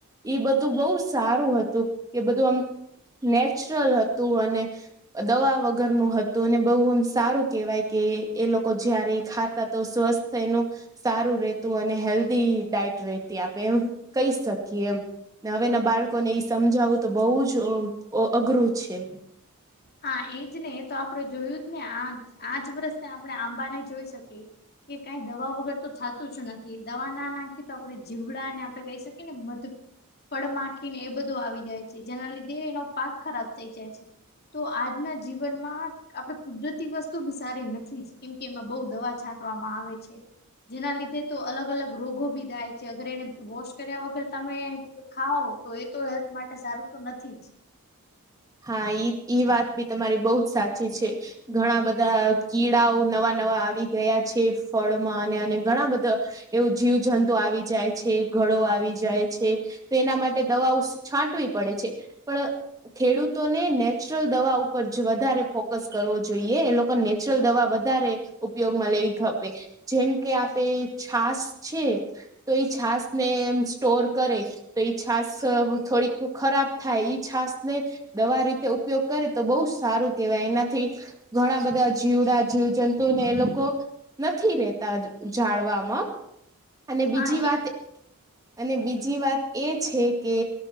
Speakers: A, on the right (about 15°); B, on the left (about 45°).
A: એ બધું બઉ સ સારું હતું. એ બધું આમ નેચરલ હતું અને દવા વગરનું હતું અને બહુ એમ સારું કહેવાય કે એ લોકો જયારે ઇ ખાતા તો સ્વસ્થ એનું સારું રહેતું, અને હેલ્ધી ડાયટ રહેતી આ બે એમ કહી શકીએ એમ. ને હવેના બાળકોને એ સમજાવું તો બહુ જ અ અ અઘરું છે.
B: હા, એ જ ને. એ તો આપડે જોયું જ ને. આ આજ વરસ આપડણે આંબાનાય જોઈ શકીએ. કે કંઈ દવા વગર તો થતું જ નથી. દવા ના નાખી તો આપણે જીવડાને આપડે કહી શકીએ ને મધ ફળ માખીને એ બધું આવી જાય છે, જેના લીધે એનો પાક ખરાબ થઈ જાય છે. તો આજના જીવનમાં આપડે કુદરતી વસ્તુ બી સારી નથી જ. કેમ કે એમાં બઉ દવા છા ટવામાં આવે છે. જેના લીધે તો અલગ અલગ રોગો બી દાય છે અગર એને વોશ કર્યા વગર તમે ખાઓ, તો એ તો હેલ્થ માટે સારું તો નથી જ.
A: હા ઈ ઈ વાત બી તમારી બહુ જ સાચી છે. ઘણા બધા કીડાઓ નવા નવા આવી ગયા છે, ફળમાં અને અને ઘણા બધા એવું જીવજંતુ આવી જાય છે, ઘળો આવી જાય છે, તો એના માટે દવાઓ છાંટવી પડે છે. પણ ખેડૂતોને નેચરલ દવા ઉપર વધારે ફોકસ કરવો જોઈએ. એ લોકોને નેચરલ દવા વધારે ઉપયોગમાં લેવી ખપે. જેમ કે, આપે છાસ છે. તો એ છાસ ને એ સ્ટોર કરે તો ઈ છાસ થોડીક ખરાબ થાય ઈ છાસ ને દવા રીતે ઉપયોગ કરે તો બહુ સારું કેવાય એનાથી ઘણા બધા જીવડા જીવજંતુને એ લોકો નથી રહેેતા જાળવામાં. અને બીજી
B: હા
A: વાત. અને બીજી વાત એ છે કે,